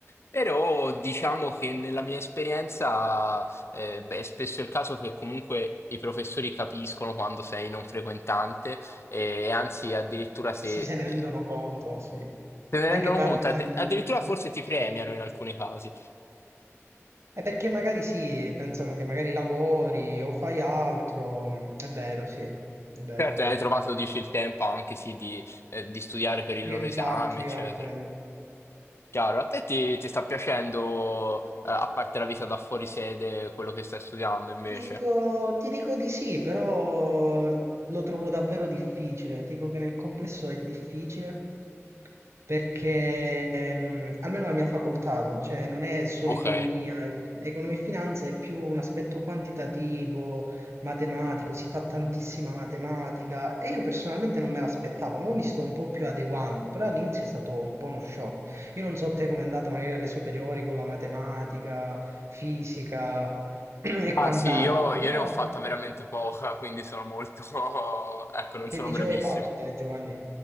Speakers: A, on the left (about 55°); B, on the right (about 65°).
A: Però diciamo che nella mia esperienza eh, beh, è spesso il caso che comunque i professori capiscono quando sei non frequentante e anzi addirittura se
B: Sì, se ne
A: eh,
B: rendono conto, sì.
A: se ne
B: Anche
A: rendono
B: parlando.
A: conto, addi- addirittura forse ti premiano
B: Sì, sì.
A: in alcuni casi.
B: È perché magari sì, pensano che magari lavori o fai altro, mm, è vero, sì, è vero,
A: Certo,
B: è vero.
A: hai trovato, dici, il tempo anche sì di, eh, di studiare per il loro
B: Dedicarti
A: esame, eccetera.
B: a quello.
A: Chiaro, a te ti, ti sta piacendo, eh, a parte la vita da fuori sede, quello che stai studiando invece?
B: Ti dico, ti dico di sì, però lo trovo davvero difficile. Ti dico che nel complesso è difficile perché mm, almeno la mia facoltà, cioè non è solo
A: Ok.
B: economia, è- economia e finanza è più un aspetto quantitativo, matematico, si fa tantissima matematica e io personalmente non me l'aspettavo, ma mi sto un po' più adeguando, però all'inizio è stato un po' uno shock. Io non so te com'è andata magari alle superiori con la matematica, fisica. <clears throat> e
A: Ah
B: quant'altro,
A: sì, io, io
B: però
A: ne ho fatta veramente poca, quindi sono molto... <laughs> ecco, non
B: che
A: sono
B: liceo
A: bravissimo.
B: hai fatto te, Giovanni?